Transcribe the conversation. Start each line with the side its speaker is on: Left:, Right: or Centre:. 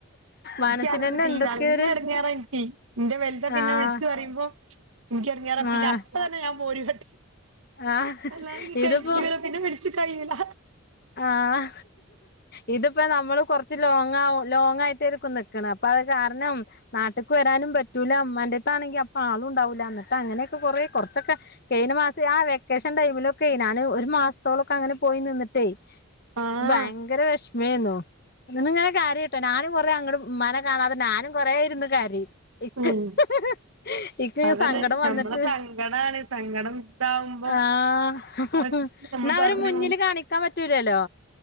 Right: നിക്ക്
Left: മനസ്സിനെന്നെ
Right: ല്ല ടീ
Left: എന്തൊക്കെയൊരു
Right: നല്ല എടങ്ങേറായീനി ടീ ന്റെ വലുതൊക്കെ ഇന്നെ
Left: ആഹ്
Right: വിളിച്ച് പറയുമ്പോ എനിക്ക് എടങ്ങേറാ, പിന്നെ
Left: ആഹ്
Right: അപ്പ തന്നെ ഞാൻ പോര് കാട്ടി
Left: ആഹ്
Right: അല്ലാ കയ്യൂല
Left: ഇതിപ്പോ
Right: പിന്നെ- ഇച്ച് കയ്യുല്ലാഹ്
Left: ആഹ് ഇതിപ്പോ നമ്മള് കുറച്ച് ലോങ് ആവും ലോങ്ങ ആയിട്ടേയ്രിക്കുന്നു നിക്കാണ് അപ്പൊ അത് കാരണം നാട്ട്ക്ക് വരാനും പറ്റൂല ഇമ്മാന്റെത്താണെങ്കില് അപ്പൊ ആളും ഉണ്ടാവൂ. എന്നിട്ട് അങ്ങനെയൊക്കെ കൊറേ കുറച്ചൊക്കെ കഴിഞ്ഞ മാസം ആ വെക്കേഷൻ ടൈമിലൊക്കെ ഞാന് ഒരു മാസത്തോളൊക്കെ അങ്ങനെ പോയി നിന്നിട്ട് ദേയ്
Right: ആഹ്
Left: ഭയങ്കര വെഷ് വീന്നോ? നിന്ന് ഇങ്ങനെ കാര്യട്ടോ ഞാനും കൊറേ അങ്ങട് മ്മാനെ കാണാതെ ഞാനും കൊറേ ഇരുന്ന് കാര്യയും രി ഇക്ക്
Right: ഉം
Left: ഇഹ് ഹ് ഇക്ക്
Right: അതന്നെ
Left: സങ്കടം
Right: ഞമ്മളെ
Left: വന്നിട്ട്,
Right: സങ്കടാണ് സങ്കടം ഇതാവുമ്പോ
Left: ആഹ് <unintelligible>
Right: അത്
Left: ന്നാ
Right: നമ്മൾ
Left: അവര്
Right: പറഞ്ഞു
Left: മുന്നില് കാണിക്കാൻ പറ്റൂലല്ലോ